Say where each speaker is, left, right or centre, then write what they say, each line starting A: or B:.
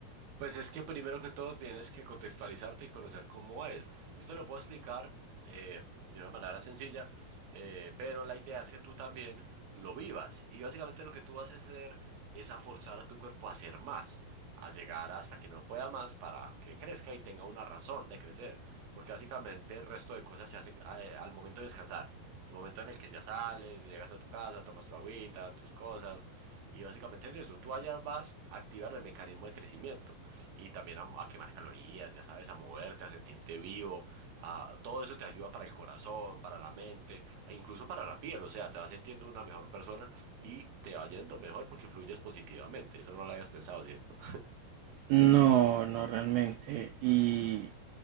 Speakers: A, on the right (about 65°); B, on the right (about 80°).
A: Pues es que primero que todo tienes que contextualizarte y conocer cómo es. Yo te lo puedo explicar eh, de una manera sencilla, eh, pero la idea es que tú también lo vivas. Y básicamente lo que tú vas a hacer es a forzar a tu cuerpo a hacer más, a llegar hasta que no pueda más para que crezca y tenga una razón de crecer. Porque básicamente el resto de cosas se hace eh, al momento de descansar. El momento en el que ya sales, llegas a tu casa, tomas tu agüita, tus cosas, y básicamente es eso. Tú allá vas a activar el mecanismo de crecimiento y también a, a quemar calorías, ya sabes, a moverte, a sentirte vivo. a- todo eso te ayuda para el corazón, para la mente, e incluso para la piel. O sea, te vas sintiendo una mejor persona y te va yendo mejor porque fluyes positivamente. Eso no lo habías pensado, ¿cierto? <laughs>
B: No, no realmente. Y